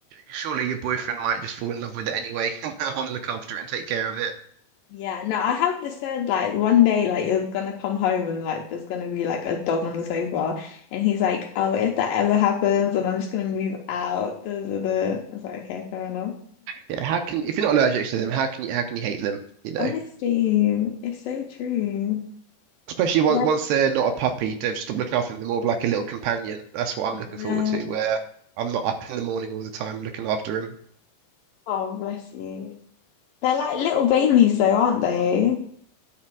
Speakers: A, on the right (about 75°); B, on the left (about 70°).
A: surely your boyfriend might just fall in love with it anyway <laughs> and want to look after it and take care of it.
B: Yeah, no, I have just said like one day like you're gonna come home and like there's gonna be like a dog on the sofa and he's like, Oh, if that ever happens and I'm just gonna move out. da, da, da." It's like okay, fair enough.
A: Yeah, how can if you're not allergic to them, how can you how can you hate them,
B: <laughs>
A: you know?
B: Honestly, it's so true.
A: Especially once,
B: That
A: once they're not a puppy, they've stopped looking after them. They're more of like a little companion. That's what I'm looking
B: yeah.
A: forward to, where I'm not up in the morning all the time looking after him.
B: Oh, bless you. They're like little babies though, aren't they?